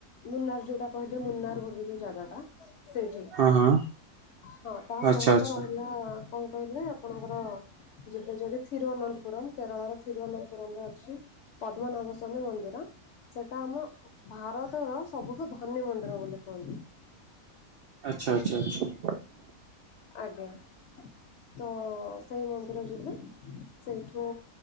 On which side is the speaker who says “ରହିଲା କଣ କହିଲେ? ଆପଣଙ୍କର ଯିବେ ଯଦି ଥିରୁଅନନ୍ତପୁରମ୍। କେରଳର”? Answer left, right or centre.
Left